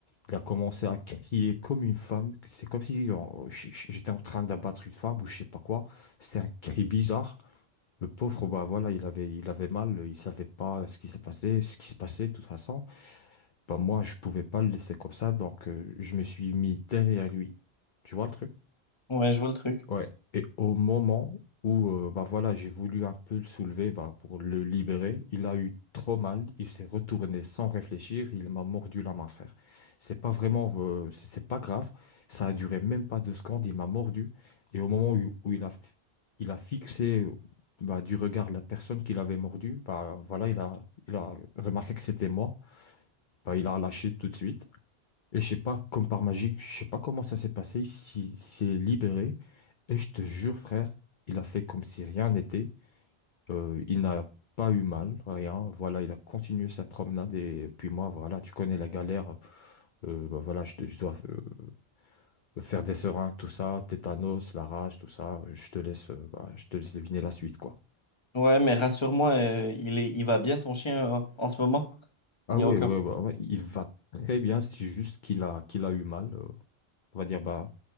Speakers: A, on the left; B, on the left.
A: Elle a commencé à crier comme une femme. C'est comme si on- j- j- j'étais en train d'abattre une femme ou je sais pas quoi. C'était un cri bizarre. Le pauvre, bah voilà, il avait, il avait mal, il savait pas ce qui s'est passé, ce qui se passait de toute façon. Bah moi, je pouvais pas le laisser comme ça, donc euh, je me suis mis derrière lui. Tu vois le truc?
B: ouais, je vois le truc.
A: Ouais. Et au moment où euh, bah voilà, j'ai voulu un peu le soulever bah, pour le libérer, il a eu trop mal, il s'est retourné sans réfléchir, il m'a mordu la main, frère. C'est pas vraiment, euh, c'est c'est pas grave, ça a duré même pas deux secondes, il m'a mordu. Et au moment où, où il a, il a fixé euh, bah, du regard la personne qu'il avait mordu, bah voilà, il a, il a remarqué que c'était moi, bah, il a lâché tout de suite. Et je sais pas, comme par magie, je sais pas comment ça s'est passé, il s'y- s'est libéré. Et je te jure, frère, il a fait comme si rien n'était. Euh, il n'a pas eu mal, rien. Voilà, il a continué sa promenade. Et puis moi, voilà, tu connais la galère. Euh, bah voilà, je, je dois euh, faire des seringues, tout ça, tétanos, la rage, tout ça. Je te laisse, euh, bah, je te laisse deviner la suite, quoi.
B: Ouais, mais rassure-moi, euh, il est, il va bien ton chien euh, en ce moment?
A: Ah
B: Il n'y
A: ouais,
B: a aucun.
A: ouais, ouais, ouais, il va très bien, c'est juste qu'il a, qu'il a eu mal. euh, on va dire, bah,